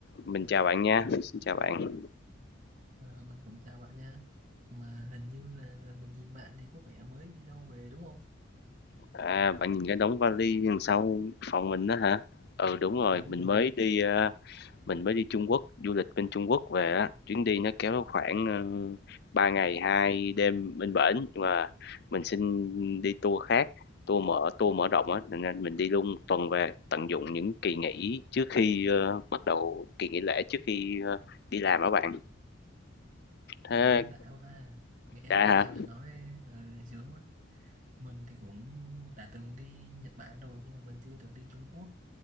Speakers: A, on the left; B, on the right.
A: Mình chào bạn nha, xin chào bạn.
B: Ờ, mình cũng chào bạn nha mà hình như là mình gì bạn thì có vẻ mới đi đâu về đúng không
A: À, bạn nhìn cái đống vali đằng sau phòng mình đó hả? Ừ, đúng rồi,
B: đúng
A: mình
B: rồi
A: mới đi, a, mình mới đi Trung Quốc, du lịch bên Trung Quốc về á, chuyến đi nó kéo khoảng, ờ, 3 ngày 2 đêm bên bển, và mình xin đi tour khác, tour mở tour mở rộng á, nên ra mình đi luôn 1 tuần về, tận dụng những kỳ nghỉ trước khi, ơ, bắt đầu kỳ nghỉ lễ trước khi, ơ, đi làm á bạn. Thế
B: trời ơi đã quá ta nghe
A: đã hả?
B: nghe bạn nói ờ, sướng quá mình thì cũng đã từng đi Nhật Bản rồi nhưng mà mình chưa từng đi Trung Quốc